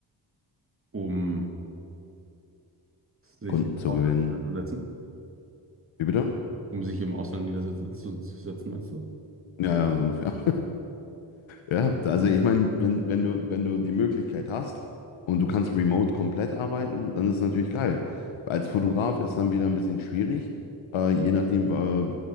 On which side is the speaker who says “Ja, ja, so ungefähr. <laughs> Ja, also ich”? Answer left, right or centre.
Left